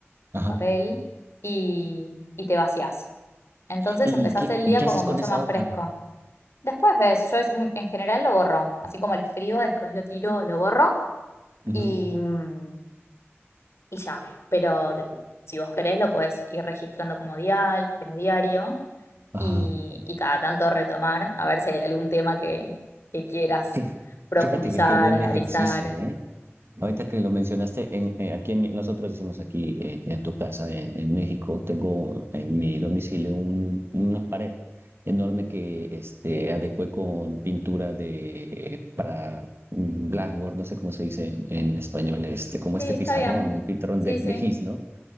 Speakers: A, on the right (about 60°); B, on the left (about 65°).
A: Ajá.
B: en papel, y, y te vacías. Entonces
A: ¿Y
B: empezás
A: qué,
B: el
A: y
B: día
A: qué
B: como
A: haces
B: mucho
A: con esa
B: más
A: hoja?
B: fresco. Después ves, yo es mu- en general lo borro, así como lo escribo, después lo tiro, lo borro
A: Ujú,
B: y... mm, y ya. Pero de- si vos querés, lo podés ir registrando como dial, como diario
A: Ajá.
B: y, y cada tanto retomar, a ver si hay algún tema que, que quieras
A: Fí-
B: profundizar,
A: Fíjate que qué buen
B: analizar.
A: ejercicio, ¿eh? Ahorita que lo mencionaste, en, eh, aquí en mi- nosotros decimos aquí eh, en tu casa, en, en México, tengo en mi domicilio un, una pared enorme que este, adecué con pintura de, eh, para mm, blackboard, no sé cómo se dice en, en español, este, como
B: Sí,
A: este
B: está
A: pizarrón,
B: bien.
A: el pizarrón
B: Sí,
A: de, de
B: sí.
A: gis, ¿no?